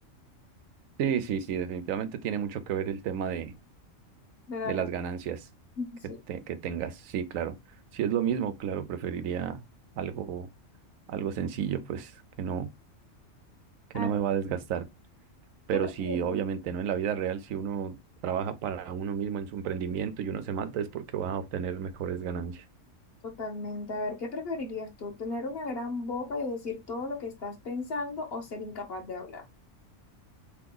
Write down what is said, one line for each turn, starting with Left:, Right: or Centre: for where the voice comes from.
Right: Sí, sí, sí, definitivamente tiene mucho que ver el tema de,
Left: De la
Right: de
Left: rem-
Right: las ganancias
Left: <laughs>
Right: que,
Left: sí.
Right: te- que tengas. Sí, claro. Si es lo mismo, claro, preferiría algo, algo sencillo, pues, que no, que
Left: A
Right: no
Left: ver,
Right: me va a desgastar. Pero
Left: ¿qué preferirías?
Right: si obviamente no en la vida real, si uno trabaja para uno mismo en su emprendimiento y uno se mata, es porque va a obtener mejores ganancias.
Left: Totalmente. A ver, ¿qué preferirías tú? ¿Tener una gran boca y decir todo lo que estás pensando o ser incapaz de hablar?